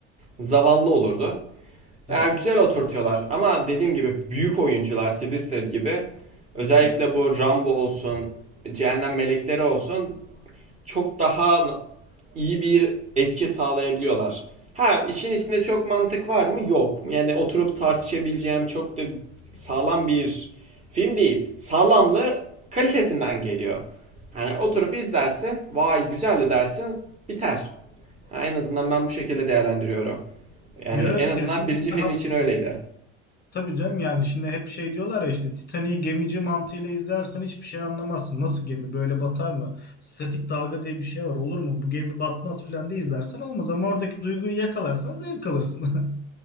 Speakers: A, on the right; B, on the left.
A: zavallı olurdu. Ya
B: Evet
A: güzel oturtuyorlar ama dediğim gibi büyük oyuncular Sidister gibi özellikle
B: kesinlikle.
A: bu Rambo olsun, Cehennem Melekleri olsun çok daha iyi bir etki sağlayabiliyorlar. Ha işin içinde çok mantık var mı? Yok. Yani oturup tartışabileceğim çok da sağlam bir film değil. Sağlamlığı kalitesinden geliyor. Hani oturup izlersin, vay güzeldi dersin, biter. Ha, en azından ben bu şekilde değerlendiriyorum. Yani
B: Yok
A: en azından
B: kesinlikle
A: birinci film
B: haklısın.
A: için öyleydi.
B: Tabii canım yani şimdi hep şey diyorlar ya işte Titanic'i gemici mantığıyla izlersen hiçbir şey anlamazsın. Nasıl gemi böyle batar mı? Statik dalga diye bir şey var olur mu? Bu gemi batmaz filan diye izlersen olmaz ama oradaki duyguyu yakalarsan zevk alırsın. <laughs>